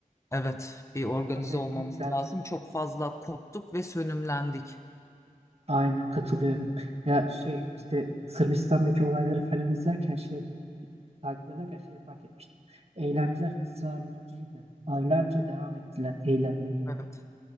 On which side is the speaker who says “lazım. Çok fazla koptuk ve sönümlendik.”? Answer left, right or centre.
Left